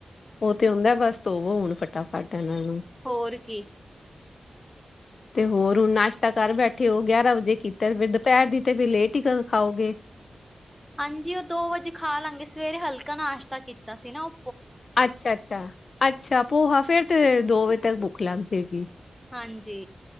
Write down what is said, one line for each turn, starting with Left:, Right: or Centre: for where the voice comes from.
Left: ਉਹ ਤੇ ਹੁੰਦਾ ਬਸ ਧੋਵੋ ਹੁਣ। ਫਟਾਫਟ ਉਹਨਾਂ ਨੂੰ।
Centre: ਹੋਰ ਕੀ <inaudible>
Left: ਤੇ ਹੋਰ ਹੁਨ ਨਾਸ਼ਤਾ ਕਰ ਬੈਠੇ ਓ, ਗਿਆਰਾ ਵਜੇ ਕੀਤਾ, ਫੇਰ ਦੁਪਹਿਰ ਦੀ ਤੇ ਫੇਰ ਲੇਟ ਈ ਖਾਓਗੇ।
Centre: ਹਾਂਜੀ, ਓ ਦੋ ਵਜੇ ਖਾ ਲਾਂਗੇ, ਸਵੇਰੇ ਹਲਕਾ ਨਾਸ਼ਤਾ ਕੀਤਾ ਸੀ ਨਾ ਓ
Left: ਅੱਛਾ, ਅੱਛਾ, ਅੱਛਾ ਪੋਹਾ ਫੇਰ ਤੇ ਦੋ ਵਜੇ ਤੱਕ ਭੁਖ ਲੱਗ ਜਾਏਗੀ।
Centre: ਹਾਂਜੀ।